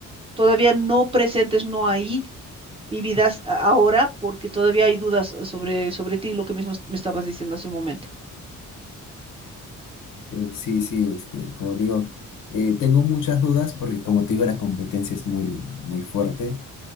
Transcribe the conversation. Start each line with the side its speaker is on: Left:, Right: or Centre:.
Right: todavía no presentes, no ahí, vividas a- ahora, porque todavía hay dudas eh, sobre, sobre ti, lo que mismo es- me estabas diciendo hace un momento.
Left: Eh, sí, sí, este, como digo, eh, tengo muchas dudas porque como te digo, la competencia es muy, muy fuerte